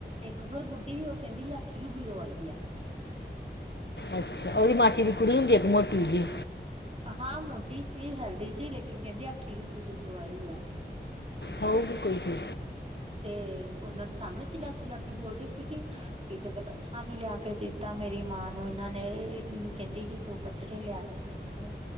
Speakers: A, on the right; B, on the left.
A: ਇੱਕ ਹੋਰ ਬੁੱਢੀ ਓ ਕਹਿੰਦੀ ਸੀ ਆਖੀ ਰੂ ਬੀਰੋ ਆਈ ਆ।
B: ਅੱਛਾ ਉਹਦੀ ਮਾਸੀ ਦੀ ਕੁੜੀ ਹੁੰਦੀ ਇੱਕ ਮੋਟੀ ਜਿਹੀ।
A: ਹਾਂ ਮੋਟੀ ਸੀ ਹੈਲਦੀ ਜੀ ਲੇਕਿਨ ਕਹਿੰਦੀ ਆ ਖੀਰੂ ਬੀਰੂ ਤੋਂ ਆਈ ਆ।
B: ਹੋਊਗੀ ਕੋਈ ਵੀ।
A: ਤੇ ਉਹਨਾਂ ਦੇ ਸਾਹਮਣੇ ਚਿਲਾ-ਚਿਲਾਕੇ ਬੋਲ ਰਹੇ ਸੀਗੇ ਕਿ ਕਿ ਤੱਕ ਕੱਛਾ ਨਹੀਂ ਲਿਆ। ਕਿ ਜਿੱਦਾਂ ਮੇਰੀ ਮਾਂ ਨੂੰ ਇਹਨਾਂ ਨੇ ਮੈਨੂੰ ਕਹਿੰਦੀ ਕੀ ਦੋ ਕੱਛੇ ਲਿਆ ਦੇ ਮੈਨੂੰ।